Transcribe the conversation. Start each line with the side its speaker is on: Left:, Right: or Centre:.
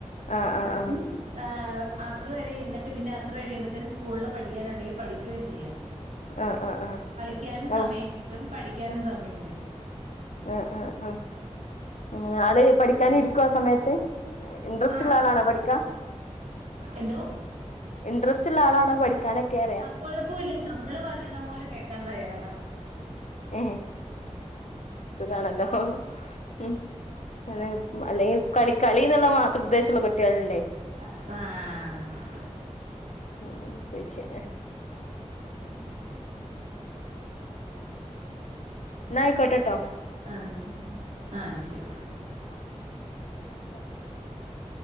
Left: ആഹ്
Right: അപ്പം
Left: ആഹ്
Right: ആഹ് അസറ് വരെ ഇരുന്ന്ട്ട് പിന്നെ അസറ് കഴിയുമ്പേത്തേന് സ്കൂൾള് പഠിക്കാനുണ്ടെങ്കി പഠിക്കുകയും ചെയ്യാം
Left: ആഹ് ആഹ് ആഹ്
Right: ക്ക്യാനും സമയം
Left: ആഹ് ഓ
Right: കിട്ടും പഠിക്കാനും സമയം കിട്ടും
Left: ആഹ് ആഹ് ആഹ് അങ്ങനെ ആള് പഠിക്കാന് ഇരിക്കോ ആ സമയത്ത് ഇൻട്രസ്റ്റ്ള്ള
Right: ആഹ്
Left: ആളാണോ പഠിക്കാൻ.
Right: എന്തോ
Left: ഇൻട്രസ്റ്റ്ള്ള ആളാണോ പഠി ക്കാനൊക്കേ അറ
Right: അപ്പൊഴപ്പൂല്ല ഞമ്മള് പറിണ പോലെ കേക്കാൻ തയ്യാറാ
Left: ഏഹ് സുഖാണല്ലോ ഉം അല്ല അല്ലെങ്കി കളി കളിന്ന്ള്ള മാത്രം ഉദ്ദേശള്ള കുട്ടിയേള്ണ്ടേ
Right: ആഹ്
Left: ഓഹ് ശ്ശെ ശ്ശെ പിന്നെന്താ ന്ന അയിക്കോട്ടെട്ടോ
Right: ആഹ് ആഹ് ശരി
Left: <inaudible>